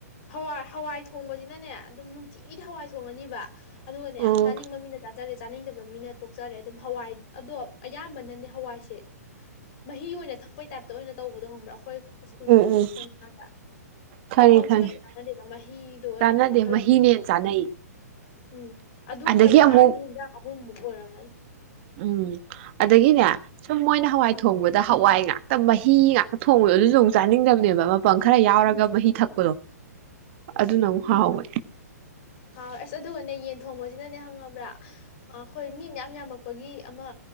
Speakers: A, on the left (about 45°); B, on the right (about 45°).
A: ꯍꯋꯥꯏ ꯍꯋꯥꯏ ꯊꯣꯡꯕꯁꯤꯅ ꯅꯦ ꯑꯗꯨꯝ ꯅꯨꯡꯇꯤꯒꯤꯗꯤ ꯍꯋꯥꯏ ꯊꯣꯡꯉꯅꯤꯕ ꯑꯗꯨꯒꯅꯦ
B: ꯎꯝ
A: ꯆꯥꯅꯤꯡꯕ ꯃꯤꯅ ꯆꯔꯦ ꯆꯥꯅꯤꯡꯗꯕ ꯃꯤꯅ ꯇꯣꯛꯆꯔꯦ ꯑꯗꯨꯝ ꯍꯋꯥꯏ ꯑꯗꯣ ꯑꯌꯥꯝꯕꯅꯅꯦ ꯍꯋꯥꯏꯁꯦ ꯃꯍꯤ ꯑꯣꯏꯅ ꯊꯛꯄꯩ ꯇꯥꯏꯞꯇ ꯑꯣꯏꯅ ꯇꯧꯕꯗꯣ ꯍꯣꯡꯕ꯭ꯔꯥ ꯑꯈꯣꯏ ꯁ꯭ꯀꯨꯟꯒꯤ
B: ꯎꯝ ꯎꯝ
A: ꯇꯝꯃꯤꯀꯥꯟꯗ
B: ꯈꯪꯉꯦ
A: ꯃꯄꯪꯁꯦ
B: ꯈꯪꯉꯦ
A: ꯀꯩꯁꯨ ꯀꯥꯟꯅꯗꯦꯗ ꯃꯍꯤꯗꯣ ꯑꯣꯏꯅ
B: ꯆꯥꯟꯅꯗꯦ
A: ꯀꯣꯛꯈꯠꯂꯗꯤ
B: ꯃꯍꯤꯅ ꯍꯦꯟꯅ ꯆꯥꯅꯩ
A: ꯎꯝ ꯑꯗꯨꯒ
B: ꯑꯗꯒꯤ
A: ꯊꯥꯔꯗꯤ
B: ꯑꯃꯨꯛ
A: ꯍꯦꯟꯖꯥꯡ ꯑꯍꯨꯝꯃꯨꯛ ꯄꯣꯔꯥ ꯔꯅꯤ
B: ꯎꯝ ꯑꯗꯒꯤꯅꯦ ꯁꯨꯝ ꯃꯣꯏꯅ ꯍꯋꯥꯏ
A: ꯎꯝ
B: ꯊꯣꯡꯕꯗ ꯍꯋꯥꯏ ꯉꯥꯛ ꯇ ꯃꯍꯤ ꯉꯥꯛꯇ ꯊꯣꯡꯕꯗꯣ ꯑꯗꯨꯁꯨ ꯑꯃꯨꯛ ꯆꯥꯅꯤꯡꯗꯕꯅꯦꯕ ꯃ ꯄꯪ ꯈꯔ ꯌꯥꯎꯔꯒ
A: ꯎꯝ
B: ꯃꯍꯤ ꯊꯛꯄꯗꯣ ꯑꯗꯨꯅ ꯑꯃꯨꯛ ꯍꯥꯎꯋꯦ
A: ꯍꯥꯎꯑꯦ ꯑꯁ ꯑꯗꯨꯒꯅꯦ ꯌꯦꯟ ꯊꯣꯡꯕꯁꯤꯅꯅꯦ ꯍꯪꯉꯕ꯭ꯔꯥ ꯑꯈꯣꯏ ꯃꯤ ꯃꯌꯥꯝ ꯌꯥꯝꯃꯛꯄꯒꯤ ꯑꯃ